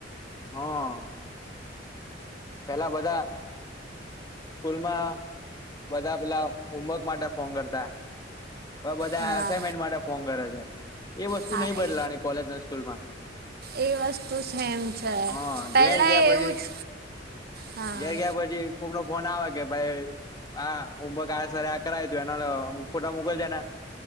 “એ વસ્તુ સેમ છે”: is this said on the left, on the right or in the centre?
Right